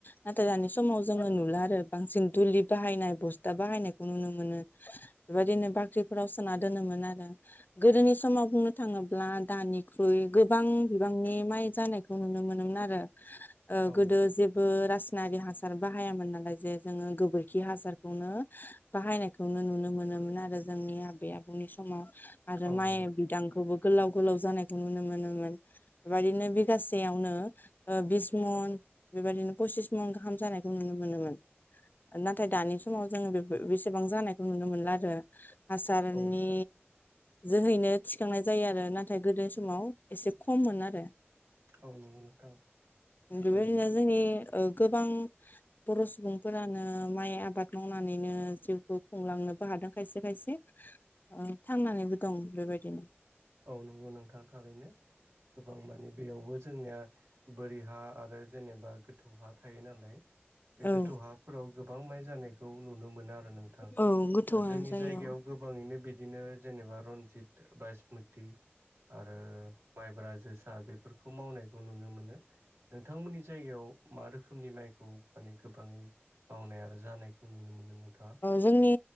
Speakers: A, on the left; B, on the right.
A: नाथाय दानि समाव जोङो नुला आरो बांसिन दुलि बाहायनाय बस्था बाहायनायखौ नुनो मोनो। बेबायदिनो बाख्रिफोराव सोना दोनोमोन आरो गोदोनि समाव बुंनो थाङोब्ला दानिख्रुइ गोबां बिबांनि माइ जानायखौ नुनो मोनोमोन आरो। ओ
B: औ
A: गोदो जेबो रासायनारि हासार बाहायामोन नालाय जे जोङो गोबोरखि हासारखौनो बाहायनायखौनो नुनो मोनोमोन आरो जोंनि आबै आबौनि समाव आरो
B: औ
A: माइ
B: नंगौ नोंथां
A: बिदां खौबो गोलाव गोलाव जानायखौ नुनो मोनोमोन बेबायदिनो बिगासेयावनो ओ बिस मन बेबदिनो पसिस मन गाहाम जानायखौ नुनो मोनोमोन। नाथाय दानि समाव जोङो बे बेसेबां जानायखौ नुनो मोनला आरो। हासारनि
B: औ
A: जोहैनो थि थिखांनाय जायो आरो नाथाय गोदोनि समाव एसे खममोन आरो।
B: औ नंगौ नोंथां
A: बेबायदिनो
B: थारैनो
A: जोंनि ओ गोबां बर' सुबुंफोरानो माइ आबाद मावनानैनो जिउखौ खुंलांनोबो हादों खायसे खायसे। थांनानैबो दं बेबायदिनो।
B: औ नंगौ नोंथां थारैनो गोबां माने बेयावबो जोंनिया बोरि हा आरो जेनेबा गोथौ हा थायो नालाय। बे
A: औ
B: गोथौ हाफोराव गोबां माइ जानायखौ नुनो मोनो आरो नोंथां
A: औ गोथौआनो
B: दा जोंनि
A: जायो
B: जायगायाव
A: औ
B: गोबाङैनो बिदिनो जेनेबा रनजित बास्मति आरो माइब्रा जोसा बेफोरखौ मावनायखौ नुनो मोनो। नोंथांमोननि जायगायाव मा रोखोमनि माइखौ माने गोबाङै मावनाय आरो जानायखौ खौ नुनो मोनदों नोंथाङा?
A: जोंनि